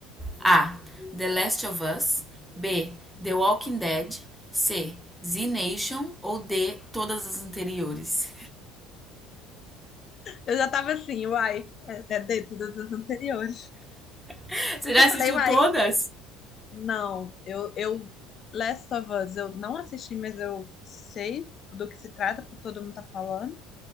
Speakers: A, in the centre; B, on the left.
A: A. The Last of Us. B. The Walking Dead. C. Z Nation ou D. Todas as anteriores.
B: Eu já tava assim, uai, é é dentro das anteriores.
A: <laughs> Você já
B: Eu
A: assistiu
B: falei, uai,
A: todas?
B: não, eu, eu, Last of Us, eu não assisti, mas eu sei do que se trata, porque todo mundo tá falando.